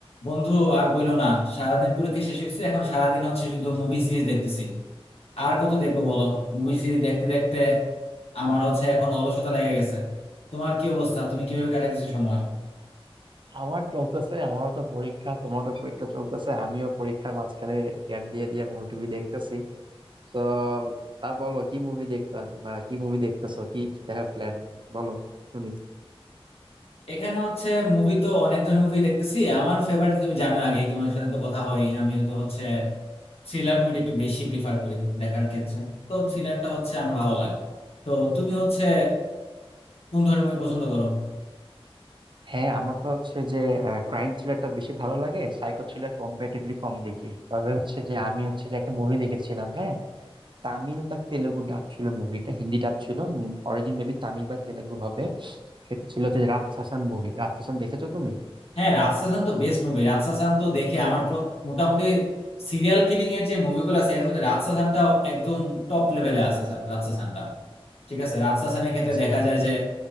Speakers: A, on the left (about 75°); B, on the right (about 50°).
A: বন্ধু আর বইলো না সারাদিন পরীক্ষা শেষ হয়েছে এখন সারাদিন হচ্ছে শুধু মুভি সিরিজ দেখতেছি আর কত দেখবো বলো মুভি সিরিজ দেখতে দেখতে আমার হচ্ছে এখন অলসতা লেগে গেছে তোমার কি অবস্থা তুমি কিভাবে কাটাইতেছো সময়
B: আমার চলতেছে আমারও তো পরীক্ষা তোমারও তো পরীক্ষা চলতেছে আমিও পরীক্ষার মাঝখানে গ্যাপ দিয়ে দিয়ে মুভি টুভি দেখতেছি তো তা বলো কি মুভি দেখতাম বা কি মুভি দেখতেছো কি দেখার প্ল্যান বলো শুনি
A: এখানে হচ্ছে মুভি তো অনেক ধরনের মুভি দেখতেছি আমার ফেভারিট তুমি জানো আগে তোমার সাথে তো কথা হয় আমি তো হচ্ছে থ্রিলার মুভিটা একটু বেশি প্রিফার করি দেখার ক্ষেত্রে তো থ্রিলারটা হচ্ছে আমার ভালো লাগে তো তুমি হচ্ছে কোন ধরনের মুভি পছন্দ করো
B: হ্যাঁ আমার তো হচ্ছে যে ক্রাইম থ্রিলারটা বেশি ভালো লাগে সাইকো থ্রিলার কম্পারেটিভলি কম দেখি তবে হচ্ছে যে আমি হচ্ছে যে একটা মুভি দেখেছিলাম হ্যাঁ তামিল বা তেলেগু ডাব ছিল মুভিটা হিন্দি ডাব ছিল অরিজিন মেবি তামিল বা তেলেগু হবে সেটা ছিল হচ্ছে রাতসাসান মুভি রাতসাসান দেখেছো তুমি
A: হ্যাঁ রাজশাসন তো বেস্ট মুভি রাজশাসন তো দেখে আমার প্র- মোটামুটি সিরিয়াল কিলিং এর যে মুভিগুলো আছে এর মধ্যে রাজশাসনটা একদম টপ লেভেলে আছে সা- রাজশাসনটা ঠিক আছে রাজশাসনের ক্ষেত্রে
B: জি।
A: দেখা যায় যে